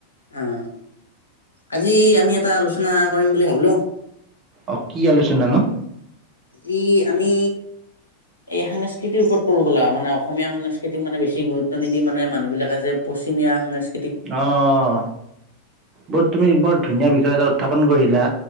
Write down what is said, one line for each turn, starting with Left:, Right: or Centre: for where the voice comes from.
Left: অ' আজি আমি এটা আলোচনা কৰিম বুলি ভাবিলো।
Right: অ কি আলোচনানো?
Left: আজি আমি, এই সাংস্কৃতিৰ ওপৰত কৰো বলা, মানে অসমীয়া সাংস্কৃতি মানে বেছি গুৰুত্ব নিদি মানে মানুহ বিলাকে যে পশ্চিমীয়া সাস্কৃ
Right: অ' বুত তুমি বৰ ধুনীয়া বিষয় এ উত্থাপন কৰিলা